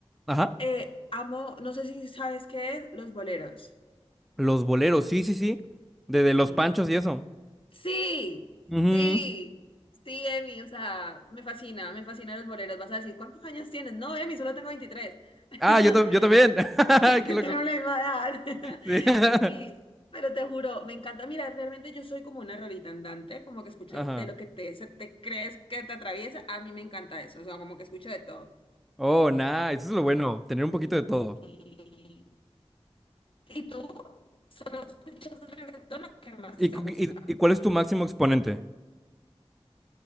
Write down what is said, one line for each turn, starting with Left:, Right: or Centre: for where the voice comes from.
Centre: Ajá.
Left: eh, amo, no sé si sabes qué es, los boleros.
Centre: Los boleros, sí, sí, sí. De, de
Left: Sí,
Centre: los panchos y eso.
Left: Sí,
Centre: Ujú.
Left: sí, sí, Emi, o sea, me fascina, me fascinan los boleros. Vas a decir, ¿cuántos años tienes? No, Emi, solo tengo 23. <laughs>
Centre: Ah, yo, ta- yo también. <laughs>
Left: Tenemos
Centre: Qué loco.
Left: la misma edad. <laughs>
Centre: Sí. <laughs>
Left: Y, pero te juro, me encanta. Mira, realmente yo soy como una rolita andante, como que escucho
Centre: Ajá.
Left: de lo que te, se te crees que te atraviesa. A mí me encanta eso, o sea, como que escucho de todo.
Centre: Oh, nice. Eso es lo bueno, tener un poquito de todo.
Left: ¿Y, y tú? ¿Solo escuchas reggaetón o qué más
Centre: ¿Y,
Left: te
Centre: cu-
Left: gusta?
Centre: y- y cuál es tu máximo exponente?